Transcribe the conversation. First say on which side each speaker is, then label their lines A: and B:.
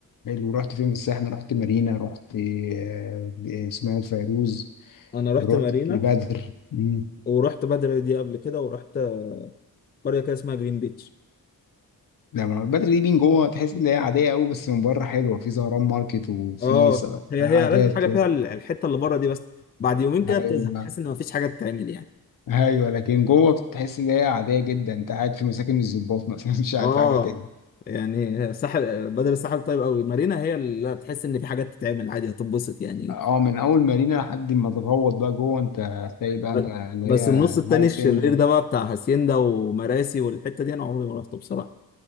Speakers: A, on the left; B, on the left.
A: حلو رحت فين في الساحل رحت مارينا رحت آه اسماعيل فيروز
B: انا رحت
A: رحت
B: مارينا
A: بدر مم.
B: ورحت بدر دي قبل كده ورحت قريه كده اسمها جرين بيتش
A: لا ما بدر دي بين جوه تحس ان هي عاديه قوي بس من بره حلوه في زهران ماركت وفي
B: اه
A: س-
B: هي
A: قعدات
B: هي لازم حاجه
A: كده
B: فيها ال- الحته اللي بره دي بس بعد يومين كده
A: ايوه
B: بتزهق تحس ان مفيش حاجه تتعمل يعني
A: ايوه لكن جوه بتحس ان هي عاديه جدا انت قاعد في مساكن الضباط <laughs> مثلا مش قاعد
B: اه
A: في حاجه تاني
B: يعني الساحل بدر الساحل طيب قوي مارينا هي اللي تحس ان في حاجات تتعمل عادي هتتبسط يعني
A: اه من اول مارينا لحد ما تغوط بقى جوه انت هتلاقي بقى
B: ب-
A: ما- اللي
B: بس
A: هي
B: النص التاني
A: هاي
B: الشرير
A: سين ده
B: ده بقى بتاع هاسيندا ومراسي والحته دي انا عمري ما رحته بصراحه